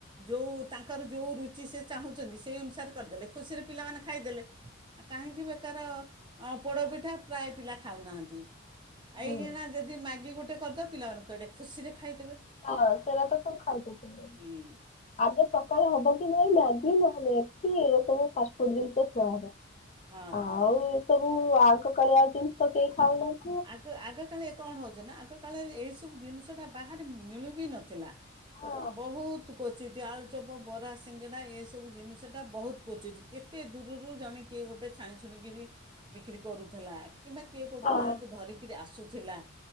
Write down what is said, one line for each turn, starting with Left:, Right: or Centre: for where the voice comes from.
Right: ଯୋଉଁ ତାଙ୍କର ଯୋଉଁ ରୁଚି ସେ ଚାହୁଁଛନ୍ତି ସେଇ ଅନୁସାରେ କରିଦେଲେ ଖୁସିରେ ପିଲାମାନେ ଖାଇଦେଲେ। ଆ କାହିଁକି ବେକାର ପୋଡ଼ପିଠା ପ୍ରାୟ ପିଲା ଖାଉନାହାନ୍ତି। ଏଇନା
Left: ହୁଁ।
Right: ଯଦି ମ୍ୟାଗି ଗୋଟେ କରିଦେଅ ପିଲାମାନଙ୍କୁ ଏଇଟେ ଖୁସିରେ ଖାଇଦେବେ।
Left: ହଁ ସେରାତ ତମ ଖାଇଦୋଉ ଥିବେ।
Right: ହୁଁ
Left: ଆଗ ସକାଳେ ହବ କି ନହଁ ମ୍ୟାଗି ନହେଲେ ଏପି ଏ ସବୁ ଫାଷ୍ଟଫୁଡ ଜିନିଷ ଛୁଆ ଦା।
Right: ହଁ
Left: ଆଉ ଏସବୁ ଆଗକାଳିଆ ଜିନିଷ କେହି ଖାଉନାହାନ୍ତି।
Right: ଆଗ ଆଗ କାଳେ କଣ ହେଉଛି ନା ଆଗ କାଳରେ ଏଇସବୁ ଜିନିଷ ଟା ବାହାରେ ମିଳୁ ବି ନଥିଲା।
Left: ଆଉ।
Right: ବହୁତ କୋଚିତ ଆଳୁଚପ ବରା ସିଙ୍ଗଡ଼ା ଏସବୁ ଜିନିଷଟା ବହୁତ କୋଚିଛି କେ କେତେ ଦୂରରୁ ଜଣେ କିଏ ଗୋଟେ ଛାଣି ଛୁଣିକରି ବିକ୍ରି କରୁଥିଲା କିମ୍ବା କିଏ କୋଉଟେ
Left: ହଁ।
Right: ଗାଁ ଧରିକିରି ଆସୁଥିଲା